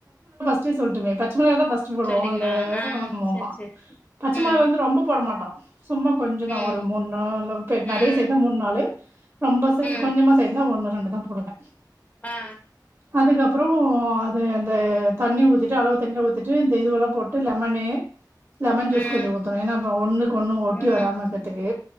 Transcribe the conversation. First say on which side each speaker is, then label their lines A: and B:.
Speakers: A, on the right; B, on the left.
A: ஃபர்ஸ்டே சொல்லிட்டோமே பச்ச உள்ளே தா ஃபர்ஸ்ட் போடுவோ
B: சொல்ட்டீங்களா
A: அண்ட் அ
B: ஆ
A: ஆமா
B: சேர்
A: ஆமா
B: சேர்
A: பச்ச
B: ம்
A: மிளகா வந்து போட மாட்டோ சும்மா கொஞ்சதா
B: ம்
A: ஒரு மூணு நாள் நிறைய
B: ம்
A: சேர்ந்த மூணு நாளுு ரொம்ப ச
B: ம்
A: கொஞ்சமா செத்தா ஒண்ணு ரெண்டு தா போடுவ
B: ஆ
A: அதுக்கப்றோ அது அந்த தண்ணி ஊத்திட்டு அளவு தண்ணிலா ஊத்திட்டு இந்த இதுவெல்லா போட்டு லெமனு லெமன் ஜூஸ்
B: ம்
A: கொஞ்சோ ஊ த்துனு ஏனா அப்றோ ஒன்னுக்கு ஒன்னு ஒட்டி
B: ம்
A: வராம இருக்கறதுக்கு